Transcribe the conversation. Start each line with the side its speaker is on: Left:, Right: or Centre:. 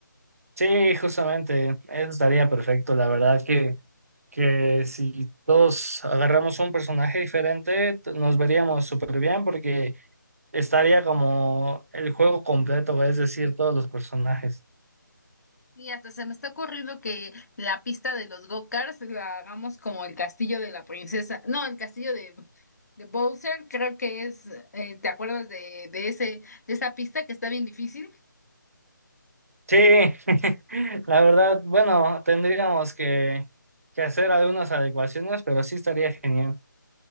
Right: Sí, justamente, eso estaría perfecto. La verdad que, que si todos agarramos un personaje diferente, t- nos veríamos súper bien porque estaría como el juego completo, es decir, todos los personajes.
Left: Y hasta se me está ocurriendo que la pista de los go-karts la hagamos como el castillo de la princesa. No, el castillo de, de Bowser, creo que es, eh, ¿te acuerdas de, de ese, de esa pista que está bien difícil?
Right: Sí, <laughs> la verdad, bueno, tendríamos que, que hacer algunas adecuaciones, pero sí estaría genial.